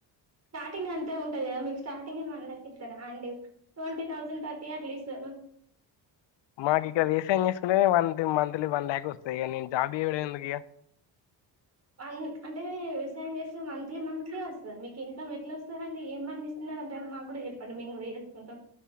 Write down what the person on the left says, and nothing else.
మాక్ ఇక్కడ వేసాయమ్ చేసుకునేదే మంతి మంత్లీ వన్ ల్యాక్ ఓస్ తెగ నేన్ జాబ్ జేయుడు ఎందుకిగా